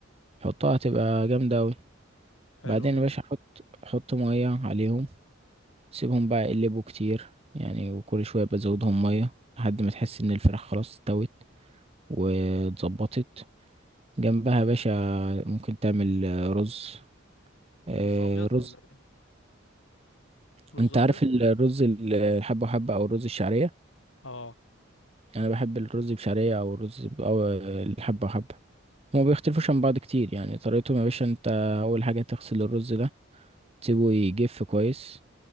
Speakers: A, on the right; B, on the left.
A: حطها هتبقى جامدة أوي
B: حلو
A: بعدين
B: جدا
A: يا باشا حط حط مية عليهم سيبهم بقى يقلبوا كتير يعني وكل شوية بزودهم مية لحد ما تحس إن الفراخ خلاص استوت واتظبطت جنبها يا باشا ممكن تعمل آه، رز آه،
B: رز ابيض
A: رز
B: ولا ايه رز
A: انت
B: ابيض
A: عارف الرز ال- الحبة وحبة او الرز الشعرية
B: اه
A: انا بحب الرز بشعرية او الرز ب... او آه، الحبة وحبة هما بيختلفوش عن بعض كتير يعني طريقتهم يا باشا انت اول حاجة تغسل الرز ده تسيبه يجف كويس